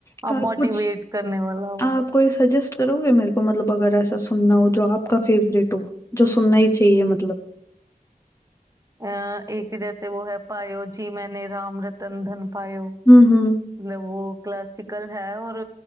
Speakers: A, on the left; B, on the right.
A: तो
B: मोटिवेट
A: आप कुछ
B: करने वाला हो
A: आप कोई सजेस्ट करोगे मेरे को मतलब अगर ऐसा सुनना हो जो आपका फेवरेट हो जो सुनना ही चाहिए मतलब
B: अ, एक जैसे वो है पायो जी मैंने राम रतन धन पायो
A: हम्म हम्म
B: मतलब वो क्लासिकल है और